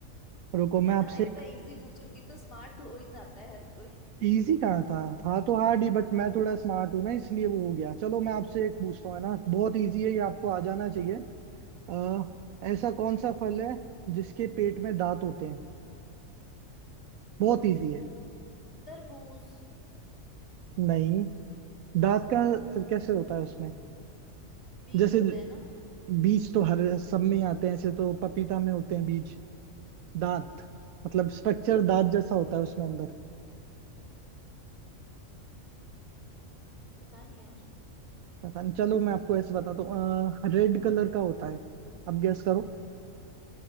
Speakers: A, on the right (about 85°); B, on the left (about 45°).
A: रुको मैं
B: है
A: आपसे
B: ना
A: एक
B: इतना इजी पूछूंगी तो स्मार्ट हो ही जाता है हर कोई
A: इजी कहाँ था था तो हार्ड ही बट मैं थोड़ा स्मार्ट हूँ ना इसलिए वो हो गया चलो मैं आपसे एक पूछता हूँ है ना बहुत इजी है ये आपको आ जाना
B: हम्म
A: चाहिए अ, ऐसा कौन सा फल है जिसके पेट में दांत होते हैं बहुत इजी है
B: तरबूज
A: नहीं दांत का कैसे होता है उसमें
B: बीज
A: जैसे
B: होते हैं ना
A: बीज तो हर सब में ही आते हैं ऐसे तो पपीता में होते हैं बीज दांत मतलब स्ट्रक्चर दांत जैसा होता है उसमें अंदर
B: पता नहीं यार
A: पता नहीं चलो मैं आपको ऐसे बताता हूँ रेड कलर का होता है आप गेस करो